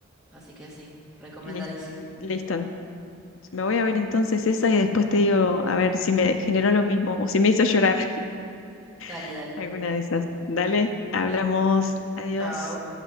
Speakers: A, in the centre; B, on the left.
A: Así que sí, recomendadísima.
B: Lis- Listo. Me voy a ver entonces esa y después te digo a ver si me generó lo mismo o si me hizo llorar
A: Dale,
B: <laughs>
A: dale.
B: alguna de esas. Dale, hablamos. Adiós.
A: Chao.